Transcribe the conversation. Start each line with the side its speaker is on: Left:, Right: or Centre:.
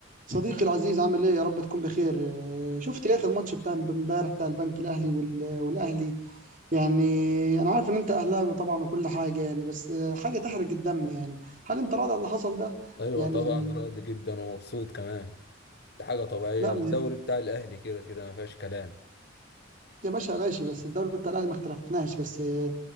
Right: صديقي العزيز عامل ايه يا رب تكون بخير آه، شفت يا اخي الماتش بتاع امبارح بتاع البنك الاهلي وال- والاهلي يعني انا عارف ان انت اهلاوي طبعا وكل حاجه يعني بس آه، حاجه تحرق الدم يعني هل انت راضي على اللي حصل ده
Left: ايوه
Right: يعني
Left: طبعا
Right: ال...
Left: راضي جدا ومبسوط كمان دي حاجه طبيعيه
Right: لا ما-
Left: الدوري بتاع الاهلي كده كده ما فيهاش كلام
Right: يا باشا ماشي بس الدوري بتاع الاهلي ما اختلفناش بس آه،